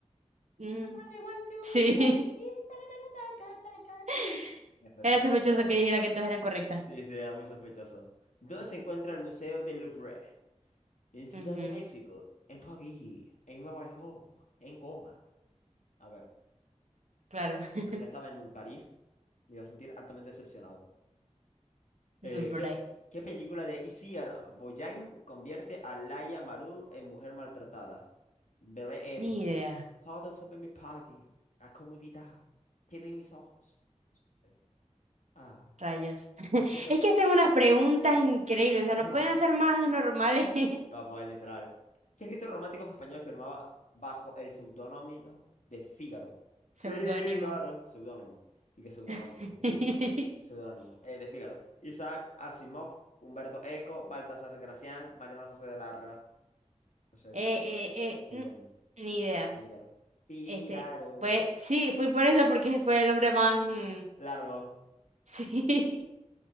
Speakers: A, on the right; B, on the left.
A: mm,
B: Everybody wants to
A: sí.
B: be like you, taca, taca, taca, taca,
A: <laughs>
B: ti. Perfecto.
A: Era sospechoso
B: Todas son.
A: que dijera que todas eran correctas.
B: Sí, sí, es muy sospechoso. ¿Dónde se encuentra el Museo del Louvre? En Ciudad
A: Ujú,
B: de México, en París, en Nueva York, en Goma. A ver,
A: claro. <laughs>
B: si no estaba en París, me iba a sentir altamente decepcionado. Eh,
A: Louvre.
B: ¿qué, qué película de Isier Boyain convierte a Laia Marul en mujer maltratada? Belle Époque.
A: Ni idea.
B: Todo sobre mi party. La comodidad. Quedo en mis ojos. No sé, esto. Ah,
A: Rayos. <laughs>
B: este do...
A: Es que hacen unas preguntas increíbles. O sea,
B: <clears throat>
A: no pueden hacer más normales. <laughs>
B: Va, a poder literal. ¿Qué escritor romántico español firmaba bajo el seudónimo de Fígaro?
A: Seudónimo.
B: Fígaro, seudónimo. ¿Y qué seudónimo?
A: <laughs>
B: Dios mío, seudónimo. eh, de Fígaro. Isaac Asimov, Humberto Eco, Baltasar Gracián, Mariano José de Larra. No sé,
A: Eh, eh,
B: seudónimo.
A: eh, mm, ni idea.
B: De Fígaro. Fígaro.
A: Este, pues sí, fui por eso porque fue el hombre más. mm,
B: Largo.
A: <laughs> sí.